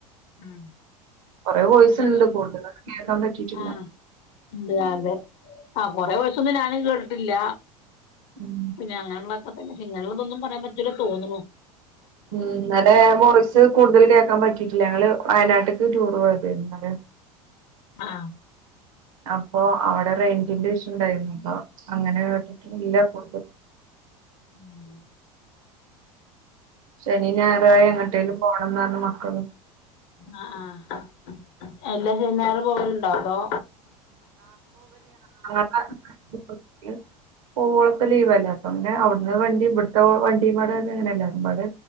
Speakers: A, on the left; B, on the right.
A: ഉം
B: കൊറേ വോയിസ്
A: അങ്ങനൊക്കെ
B: ഉണ്ട് കൂടുതലൊന്നും കേൾക്കാൻ പറ്റിയിട്ടില്ല
A: ആഹ് എന്ത് ആതെ ആ കൊറേ വോയ്സൊന്നും ഞാനും കേട്ടിട്ടില്ല
B: ഉം
A: പിന്നെ അങ്ങനെള്ളൊക്കെ തന്നെ ഇിങ്ങനെള്ളതൊന്നും പറയാൻ പറ്റൂല്ല തോന്നണു
B: ഉം <unintelligible> വോയ്സ് കൂടുതൽ കേൾക്കാൻ പറ്റിയിട്ടില്ല ഞങ്ങള് വയനാട്ട്ക്ക് ടൂറ് പോയതെയ്നി ന്നലെ
A: ആഹ്
B: അപ്പൊ അവിടെ റേയ്ഞ്ചിന്റെ ഇഷു ഉണ്ടായിര്ന്നു പ്പം അങ്ങനെ കേട്ടിട്ടില്ല കടുതൽ
A: ആഹ്
B: ശനിം ഞായറായി എങ്ങട്ടേലും പോണംന്നറ്ഞ്ഞ് മക്കള്
A: ആ ആഹ് എല്ലാ ശനിം ഞായറും പോകലുണ്ടോ അതോ
B: <unintelligible> പോവോളപ്പം ലീവല്ലേ അപ്പംങ്ങനെ അവിടുന്ന് വണ്ടിം ഇവിടത്തെ വണ്ടിംപ്പാടെ അങ്ങനെല്ലാരുംപാടെ